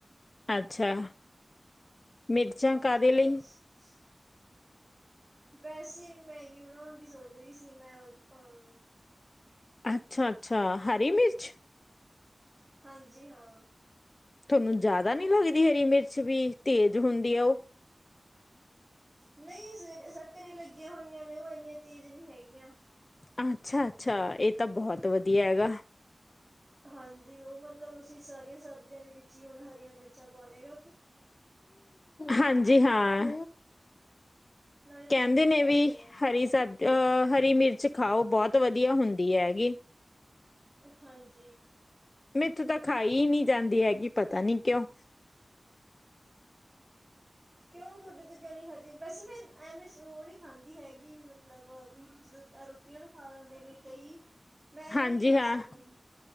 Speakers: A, on the left; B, on the right.
A: ਅੱਛਾ, ਮਿਰਚਾਂ
B: ਹਾਂਜੀ
A: ਕਾਹਦੇ ਲਈ?
B: ਬਸ। ਵੈਸੇ ਮੈਗੀ ਬਣਾਉਣ ਦੀ ਸੋਚ ਰਹੀ ਸੀ ਮੈਂ ਔਚ ਪਾਣ ਨੂੰ
A: ਅੱਛਾ-ਅੱਛਾ, ਹਰੀ ਮਿਰਚ?
B: ਹਾਂਜੀ ਹਾਂ
A: ਤੁਹਾਨੂੰ ਜ਼ਿਆਦਾ ਨਹੀਂ ਲੱਗਦੀ ਹਰੀ ਮਿਰਚ ਵੀ ਤੇਜ਼ ਹੁੰਦੀ ਆ ਉਹ
B: ਨਹੀਂ ਘਰੇ ਲੱਗੀਆਂ ਹੋਈਆਂ ਨੇ ਉਹ ਇੰਨੀਆਂ ਤੇਜ਼ ਨਹੀਂ ਹੈਗੀਆਂ
A: ਅੱਛਾ ਅੱਛਾ ਇਹ ਤਾਂ ਬਹੁਤ ਵਧੀਆ ਹੈਗਾ
B: ਹਾਂਜੀ ਉਹ ਮਤਲਬ ਅਸੀਂ ਸਾਰੀਆਂ ਸਬਜ਼ੀਆਂ ਦੇ ਵਿੱਚ ਹੀ ਹੁਣ ਹਰੀਆਂ ਮਿਰਚਾਂ ਪਾਉਣੇ ਹੇਗੇ
A: ਹਾਂਜੀ ਹਾਂ
B: ਨਾਲੇ ਤੰਗ
A: ਕਹਿੰਦੇ
B: ਨਹੀਂ
A: ਨੇ
B: ਕਰਦੀਆਂ
A: ਵੀ ਹਰੀ ਸਬ ਅਹ ਹਰੀ ਮਿਰਚ ਖਾਓ ਬਹੁਤ ਵਧੀਆ ਹੁੰਦੀ ਹੈਗੀ
B: ਹਾਂਜੀ
A: ਮੈਂ ਉੱਥੇ ਤਾਂ ਖਾਈ ਹੀ ਨੀ ਜਾਂਦੀ ਹੈਗੀ ਪਤਾ ਨੀ ਕਿਉਂ
B: ਕਿਉਂ ਤੁਹਾਡੇ ਤੋਂ ਕਿਉਂ ਨਹੀਂ ਖਾਧੀ ਵੈਸੇ ਮੈਂ ਐਵੇਂ ਉਹ ਨਹੀਂ ਖਾਂਦੀ ਹੈਗੀ ਮਤਲਬ ਵੀ ਜਦੋਂ ਰੋਟੀਆਂ ਖਾ ਲੈਂਦੇ ਨੇ ਕਈ ਮੈਂ ਐਵੇਂ
A: ਹਾਂਜੀ
B: ਨਹੀਂ ਖਾ
A: ਹਾਂ
B: ਸਕਦੀ